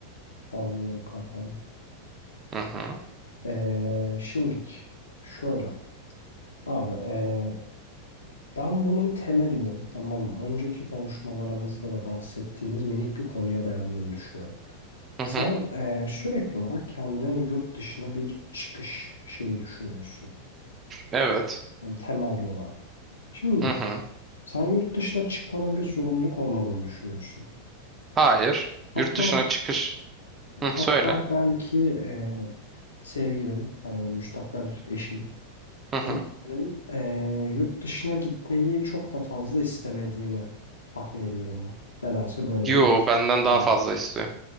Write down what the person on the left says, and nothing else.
Anlıyorum kankana.
Ee, şimdik şöyle. Abi ee, ben bunun temelinin tamam mı? Önceki konuşmalarımızda da bahsettiğimiz minik bir konuya dayandığını düşünüyorum.
Sen
ee, sürekli olarak kendine yurt dışına bir çıkış şeyi düşünüyorsun.
Yani temelli olarak. Şimdi
Sen yurt dışına çıkmanın bir zorunluluk olmadığını düşünüyorsun.
Hatta
hatta
belki e, sevgilin, hani müstakbel eşin,
eşinin
e, yurt dışına gitmeyi çok da fazla istemediğini tahmin ediyorum ben. Nedense böyle
bir hissiyat
var.
benim için.